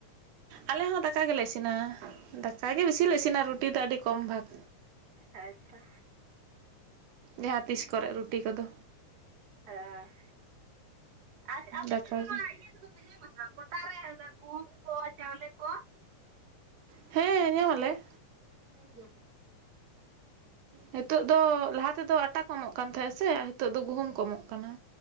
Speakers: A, on the right (about 75°); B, on the right (about 60°).
A: ᱟᱞᱮ ᱦᱚᱸ ᱫᱟᱠᱟ ᱜᱮᱞᱮ ᱤᱥᱤᱱᱟ ᱫᱟᱠᱟ ᱜᱮ ᱵᱤᱥᱤ ᱞᱮ ᱤᱥᱤᱱᱟ ᱨᱩᱴᱤ ᱫᱚ ᱟᱹᱰᱤ ᱠᱚᱢ ᱵᱷᱟᱜᱽ᱾
B: ᱦᱮᱸ ᱛᱚ᱾
A: ᱡᱟᱦᱟᱸ ᱛᱤᱥ ᱠᱚᱨᱮ ᱨᱩᱴᱤ ᱠᱚᱫᱚ᱾
B: ᱦᱮᱸ ᱟᱨ ᱟᱯᱮ
A: ᱫᱟᱠᱟ
B: ᱥᱮᱫ‌ ᱫᱚ
A: ᱜᱮ
B: ‌ᱱᱚᱣᱟ ᱤᱭᱟᱹ ᱠᱚᱫᱚ ᱯᱮ ᱧᱟᱢᱟ ᱥᱮ ᱵᱟᱝ? ᱜᱚᱴᱟ ᱨᱮ ᱚᱱᱟ ᱜᱩᱦᱩᱢ ᱠᱚ ᱪᱟᱣᱞᱮ ᱠᱚ
A: ᱦᱮᱸ ᱧᱟᱢ ᱟᱞᱮ
B: ᱦᱮᱸ <unintelligible>
A: ᱱᱤᱛᱚᱜ ᱫᱚ ᱞᱟᱦᱟ ᱛᱮᱫᱚ ᱟᱴᱟ ᱠᱚ ᱮᱢᱚᱜ ᱠᱟᱱ ᱛᱟᱦᱮᱸᱜᱼᱟ ᱥᱮ ᱱᱤᱛᱚᱜ ᱫᱚ ᱜᱩᱦᱩᱢ ᱠᱚ ᱮᱢᱚᱜ ᱠᱟᱱᱟ